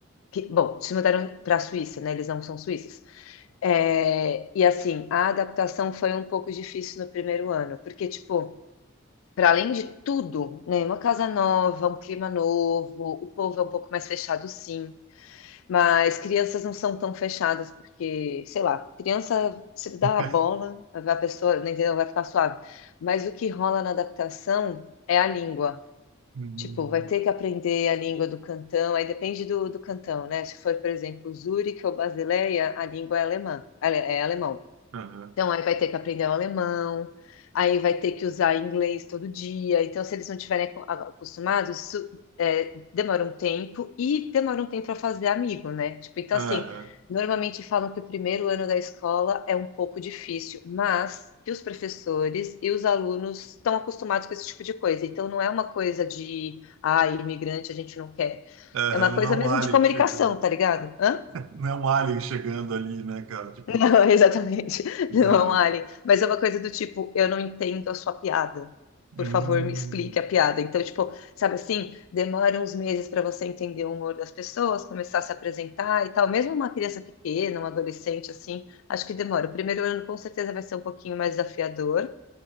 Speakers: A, on the left; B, on the right.
A: que, bom, se mudaram para a Suíça, né? Eles não são suíços. É, e assim, a adaptação foi um pouco difícil no primeiro ano, porque, tipo, para além de tudo, né? Uma casa nova, um clima novo, o povo é um pouco mais fechado, sim. Mas crianças não são tão fechadas, porque, sei lá, criança se dá
B: <laughs>
A: a bola, a pessoa, não entendeu, vai ficar suave. Mas o que rola na adaptação é a língua.
B: Hum,
A: Tipo, vai ter que aprender a língua do cantão, aí depende do, do cantão, né? Se for, por exemplo, Zurique ou Basileia, a língua é alemã, ale- é alemão.
B: Aham,
A: Então, aí vai ter que aprender o alemão, aí vai ter que usar inglês todo dia. Então, se eles não estiverem acu- acostumados, isso é, demora um tempo e demora um tempo para fazer amigo, né? Tipo, então,
B: aham,
A: assim, normalmente falam que o primeiro ano da escola é um pouco difícil, mas que os professores e os alunos estão acostumados com esse tipo de coisa. Então, não é uma coisa de, ah, imigrante a gente não quer.
B: aham,
A: É uma
B: não
A: coisa
B: é um
A: mesmo
B: alien
A: de comunicação,
B: chegando,
A: tá ligado? Hã?
B: não é um alien chegando ali, né, cara? Tipo,
A: Não, <laughs> exatamente.
B: não.
A: Não é um alien. Mas é uma coisa do tipo, eu não entendo a sua piada. Por
B: Hum.
A: favor, me explique a piada. Então, tipo, sabe assim, demora uns meses para você entender o humor das pessoas, começar a se apresentar e tal. Mesmo uma criança pequena, um adolescente, assim, acho que demora. O primeiro ano com certeza vai ser um pouquinho mais desafiador.